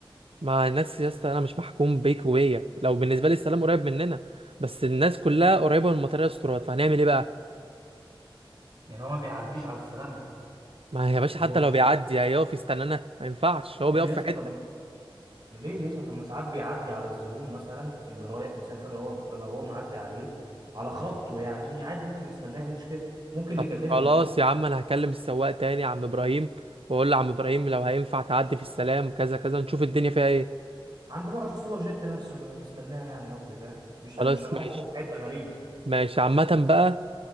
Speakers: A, on the right (about 80°); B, on the right (about 45°).
A: مع الناس يا اسطى انا مش محكوم بيكوية لو بالنسبة لي السلام قريب مننا بس الناس كلها قريبة من المطرية استراد فهنعمل ايه بقى
B: يعني هو ما بيعديش على السلام
A: ما يا باشا
B: هو
A: حتى
B: ماشي
A: لو بيعدي هيقف يستنانا ما ينفعش هو بيقف
B: ايوه يا اسطى
A: في حتة
B: طب ليه يا اسطى طب ما ساعات بيعدي على الزبون مثلا اللي رايح مسافر هو لو هو معدي عليه على خطه يعني عادي ممكن يستناه إيه المشكله ممكن
A: طب
B: نكلمهم
A: خلاص
B: يعني
A: يا عم انا هكلم السواق تاني يا عم ابراهيم واقول له عم ابراهيم لو هينفع تعدي في السلام كذا كذا نشوف الدنيا فيها ايه
B: عند موقف السوبر جيت نفسه نستناه يعني قصدي فاهم مش
A: خلاص
B: هن- مش هنقف
A: ماشي
B: له في حته غريبه
A: ماشي عامة بقى